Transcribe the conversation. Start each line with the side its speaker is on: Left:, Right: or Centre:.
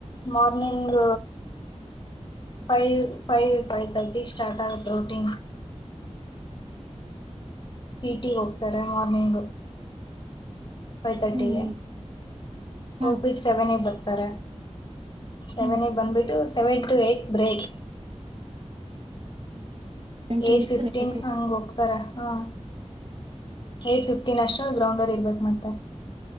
Left: morning five five five thirty start ಆಗತ್ ರೋಟೀನ್ ಪಿ ಟಿ ಹೋಗ್ತಾರೆ ಮಾರ್ನಿಂಗ್ ಫೈವ್ ತರ್ಟಿಗೆ
Right: ಹ್ಮ್ ಹ್ಮ್
Left: ಹೋಗ್ಬಿಟ್ ಸೆವೆನಿಗ್ ಬರ್ತಾರೆ ಸೆವೆನಿಗೆ
Right: ಹ್ಮ್ ಹ್ಮ್
Left: ಬಂದ್ಬಿಟ್ಟು ಸೆವೆನ್ ಟು ಎಲಟ್ ಬ್ರೇಕ್
Right: ಗಂಟೆ
Left: ಏ
Right: ಇಟ್ಬೇಕು
Left: ಫಿಫ್ಟೀನ್ ಹಂಗ ಹೋಗ್ತಾರ ಹ ಏ ಫಿಫ್ಟೀನ್ ಅಷ್ಟರಲ್ಲಿ ಗ್ರೌಂಡಲ್ಲಿ ಇರ್ಬೇಕ್ ಮತ್ತೆ